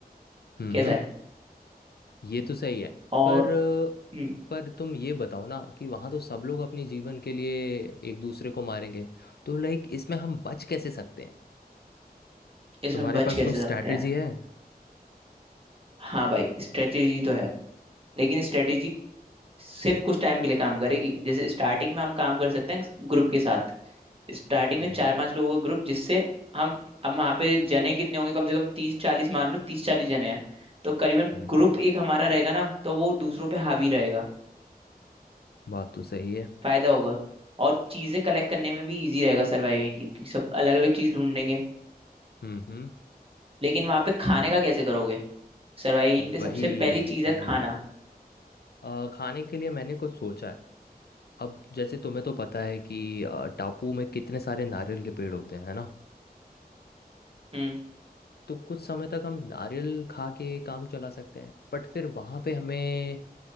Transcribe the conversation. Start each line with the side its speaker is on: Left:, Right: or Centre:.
Left: हम्म
Right: कैसा
Left: हम्म
Right: है
Left: ये तो सही है
Right: और
Left: पर
Right: हम्म,
Left: पर तुम ये बताओ ना कि वहां तो सब लोग अपनी जीवन के लिए एक दूसरे को मारेंगे तो लाइक इसमें हम बच कैसे सकते हैं
Right: इसमें
Left: तुम्हारे
Right: बच
Left: पास
Right: कैसे
Left: कुछ स्ट्रैटेजी
Right: सकते हैं
Left: है
Right: हाँ भाई स्ट्रेटेजी तो है लेकिन स्ट्रेटेजी सिर्फ कुछ टाइम के लिए काम करेगी जैसे स्टार्टिंग में हम काम कर सकते हैं ग्रुप के साथ स्टार्टिंग में
Left: हम्म
Right: चार पांच लोगों का ग्रुप जिससे हम अब वहाँ पे जने कितने होंगे कम से कम तीस चालीस मान लो तीस चालीस जने हैं तो करीबन
Left: हम्म
Right: ग्रुप
Left: हम्म,
Right: एक हमारा रहेगा ना तो वो दूसरों पे हावी रहेगा
Left: बात तो सही है
Right: फायदा होगा और चीजें कलेक्ट करने में भी इजी रहेगा सर्वाइविंग की क्योंकि सब अलग अलग चीज ढूंढ लेंगे
Left: हम्म हम्म
Right: लेकिन वहाँ पे खाने का कैसे करोगे सर्वाइविंग
Left: तो
Right: के लिए
Left: वही
Right: सबसे पहली चीज
Left: वही
Right: है खाना
Left: वही अ, खाने के लिए मैंने कुछ सोचा है अब जैसे तुम्हें तो पता है कि अ, टापू में कितने सारे नारियल के पेड़ होते हैं है ना
Right: हम्म
Left: तो कुछ समय तक हम नारियल खा के काम चला सकते हैं बट फिर वहाँ पे हमें अ,